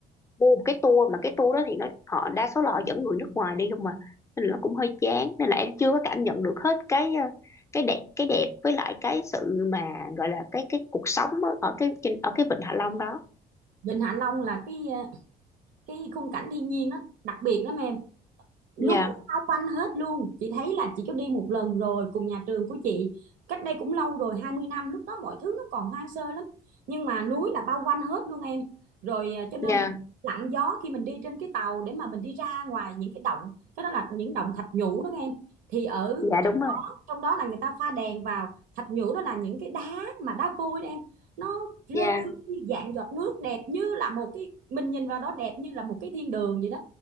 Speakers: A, on the left; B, on the right.
A: mua một cái tour mà cái tour đó thì nó họ đa số là họ dẫn người nước ngoài đi không mà nên là nó cũng hơi chán nên là em chưa có cảm nhận được hết cái ờ, cái đẹp cái đẹp với lại cái sự mà gọi là cái cái cuộc sống á, ở cái trên ở cái Vịnh Hạ Long đó
B: Vịnh Hạ Long là cái à, cái khung cảnh thiên nhiên nó đặc biệt lắm em.
A: Dạ,
B: núi bao quanh hết luôn chị thấy là chị có đi một lần rồi cùng nhà trường của chị cách đây cũng lâu rồi hai mươi năm lúc đó mọi thứ nó còn hoang sơ lắm nhưng mà núi là bao quanh hết luôn em rồi à, cho nên
A: dạ,
B: là lặng gió khi mình đi trên cái tàu để mà mình đi ra ngoài những cái động cái đó là những động thạch nhũ đó em thì ở
A: dạ đúng rồi
B: trong đó là người ta pha đèn vào thạch nhũ đó là những cái đá mà đá vôi đó em nó rơi
A: dạ,
B: xuống như dạng giọt nước đẹp như là một cái mình nhìn vào đó đẹp như là một cái thiên đường vậy đó